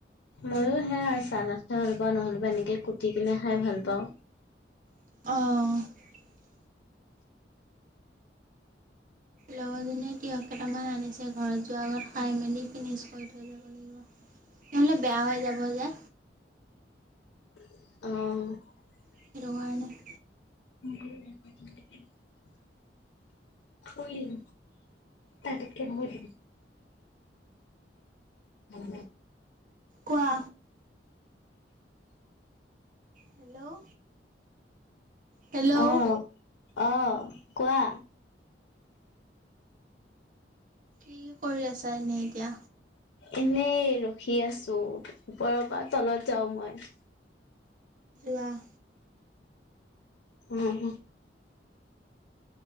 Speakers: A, on the left; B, on the right.
A: মইো সেয়া চালাদ খাই ভাল পাও নহ'লেবা এনেকে কুটি কিনে খাই ভাল পাও।
B: অহ ', লগৰজনীয়ে তিয়হ কেইটামান আনিছে ঘৰত যোৱাৰ আগত খাই মেলি ফিনিচ কৰি থৈ যাব লাগিব। নহলে বেয়া হৈ যাব যে।
A: অহ ',
B: সেইটো কাৰনে।
A: ম শইল তাতে কেনে হল। উম,
B: কোৱা। Hello hello.
A: অহ - অহ, কোৱা?
B: কি কৰি আছা এনেই এতিয়া?
A: এনেই ৰখি আছো ওপৰৰ পৰা তলত যাও মই।
B: ৱাহ।
A: উম,